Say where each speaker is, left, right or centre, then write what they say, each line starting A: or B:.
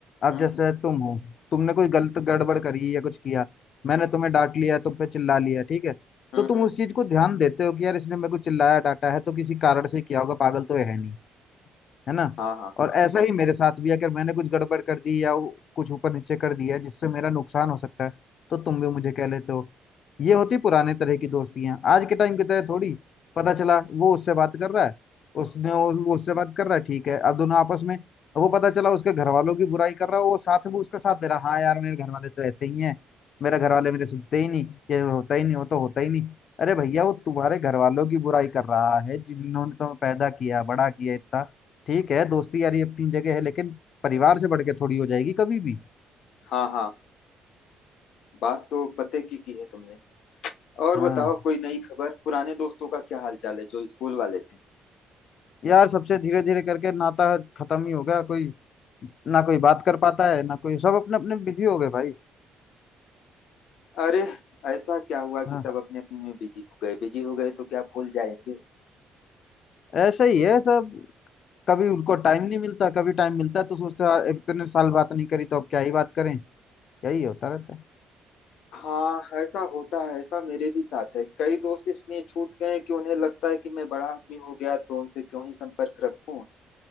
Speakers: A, on the left; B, on the left.
A: अब
B: हम्म
A: जैसे तुम हो तुमने कोई गलत गड़बड़ करी या कुछ किया मैंने तुम्हें डांट लिया तुम पे चिल्ला लिया ठीक है
B: हम्म
A: तो
B: हम्म
A: तुम
B: हम्म,
A: उस चीज को ध्यान देते हो कि यार इसने मेरे को चिल्लाया डांटा है तो किसी कारण से किया होगा पागल तो है नहीं है ना
B: हाँ हाँ
A: और
B: हाँ
A: ऐसा ही मेरे साथ भी है, अगर मैंने कुछ गड़बड़ कर दी या वो कुछ ऊपर नीचे कर दिया जिससे मेरा नुकसान हो सकता है तो तुम भी मुझे कह लेते हो ये होती पुराने तरह की दोस्तियां आज के टाइम की तरह थोड़ी पता चला वो उससे बात कर रहा है उसने वो वो उससे बात कर रहा है ठीक है अब दोनों आपस में वो पता चला उसके घर वालों की बुराई कर रहा है वो साथ में उसका साथ दे रहा है हाँ यार मेरे घर वाले तो ऐसे ही हैं मेरे घर वाले मेरे सुनते ही नहीं ये होता ही नहीं वो तो होता ही नहीं अरे भैया वो तुम्हारे घर वालों की बुराई कर रहा है जिन्होंने तुम्हें पैदा किया बड़ा किया इतना ठीक है दोस्ती यारी अपनी जगह है लेकिन परिवार से बढ़ के थोड़ी हो जाएगी कभी भी
B: हाँ हाँ बात तो पते की की है तुमने और
A: हाँ
B: बताओ कोई नई खबर पुराने दोस्तों का क्या हाल चाल है जो स्कूल वाले थे
A: यार सबसे धीरे धीरे करके नाता खत्म ही हो गया कोई ना कोई बात कर पाता है ना कोई सब अपने अपने बिजी हो गए भाई
B: अरे ऐसा क्या हुआ
A: हाँ
B: कि सब अपने अपने में बिजी हो गए बिजी हो गए तो क्या भूल जाएंगे
A: ऐसे ही है सब कभी उनको टाइम नहीं मिलता कभी टाइम मिलता है तो सोचते हैं, "यार, इतने साल बात नहीं करी तो अब क्या ही बात करें यही होता रहता है
B: हाँ ऐसा होता है ऐसा मेरे भी साथ है कई दोस्त इसलिए छूट गए कि उन्हें लगता है कि मैं बड़ा आदमी हो गया तो उनसे क्यों ही संपर्क रखूं